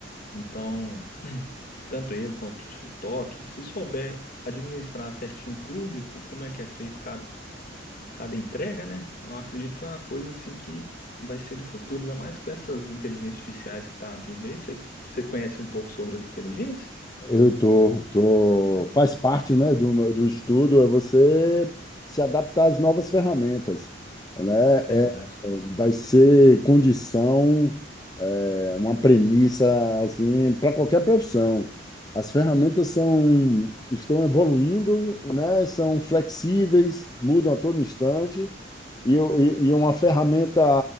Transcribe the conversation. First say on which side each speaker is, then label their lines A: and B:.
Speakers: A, on the left (about 50°); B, on the left (about 20°).
A: Então, <clears throat> tanto ele quanto o TikTok, se souber administrar certinho o público, como é que é feito cada entrega, né? Eu acredito que é uma coisa assim que vai ser do futuro, ainda mais com essas inteligências artificiais que tá vindo aí. Você, você conhece um pouco sobre a inteligência?
B: Eu tô, tô, faz parte, né, do, meu- do estudo é você se adaptar às novas ferramentas, né?
A: Verdade.
B: É, é, vai ser condição, é, uma premissa assim para qualquer profissão. As ferramentas são, estão evoluindo, né? São flexíveis, mudam a todo instante e, o- e e uma ferramenta